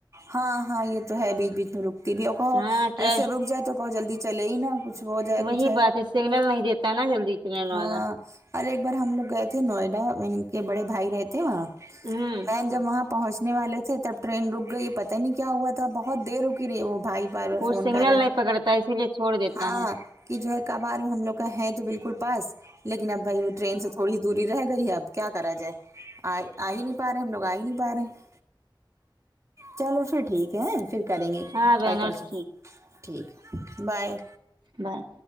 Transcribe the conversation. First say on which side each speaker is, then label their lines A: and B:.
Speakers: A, on the right; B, on the right.
A: ہاں ہاں یہ تو ہے بیچ بیچ میں رکتی بھی اور کہو
B: ہاں ٹرین
A: ایسے روک جائے تو کہو جلدی چلے ہی نا کچھ ہو جائے
B: وہی
A: کچھ ہے
B: بات سگنل نہیں دیتا نا جلدی ٹرین
A: ہاں
B: والا
A: اور ایک بار ہم لوگ گئے تھے نوئیڈا ان کے بڑے بھائی رہے تھے وہاں
B: ہوں
A: بہن جب وہاں پہنچنے والے تھے تب ٹرین رک گئی پتا نہیں کیا ہوا تھا بہت دیر رکی رہی ہے وہ بھائی بار بار
B: وہ
A: فون
B: سگنل
A: کر رہے
B: نہیں پکڑتا اسی لیے چھوڑ دیتا
A: ہاں ہاں
B: ہے
A: کہ جو ہے کبھار ہم لوگ کا ہے تو بالکل پاس لیکن اب بھائی وہ ٹرین سے تھوڑی دوری رہ گئی ہے اب کیا کرا جائے آ آ ہی نہیں پا رہے ہیں ہم لوگ آ ہی نہیں پا رہے ہیں چلو پھر ٹھیک ہے پھر کریں گے
B: ہاں بہن
A: کل پرسوں
B: اور ٹھیک
A: ٹھیک ہے بائے
B: بابۓ